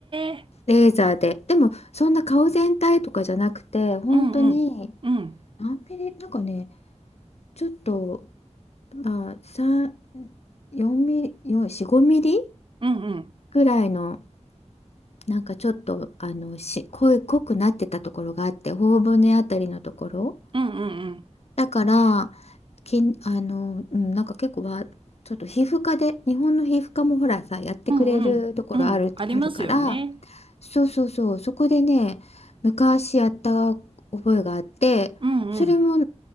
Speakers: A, on the right; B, on the left.
A: え、
B: レーザーででもそんな顔全体とかじゃなくて本当に
A: うんうん、うん、
B: 何ミリなんかねちょっとまあ3 4ミリよ4 5ミリ
A: うんうん、
B: ぐらいのなんかちょっとあのし濃い濃くなってたところがあって頬骨あたりのところ
A: うんうんうん、
B: だからけんあの、うん、なんか結構はちょっと皮膚科で日本の皮膚科もほらさやってくれるところある、
A: うんうん、うんありますよね。
B: あるからそうそうそうそこでね昔やった覚えがあってそれも
A: うんうん、